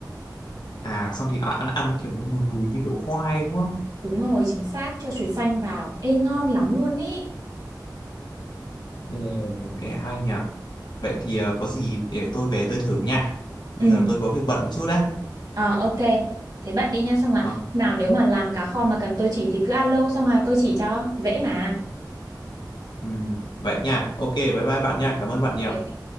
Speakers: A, on the left; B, on the right.
A: à xong thì nó ăn ăn nó kiểu nó bùi bùi như kiểu khoai đúng không
B: đúng rồi chính xác cho chuối xanh vào ê ngon lắm luôn ý
A: ồ mẹ hay nhỉ vậy thì à, có gì để tôi về tôi thử nha bây
B: ừ
A: giờ tôi có việc bận một chút đấy
B: ờ ok thế bạn đi nha xong là
A: Ờ,
B: nào nếu mà làm cá kho mà cần tôi chỉ thì cứ alo xong là tôi chỉ cho dễ mà
A: ừm, vậy nha ok bye bye bạn nha cảm ơn bạn nhiều
B: Ừ.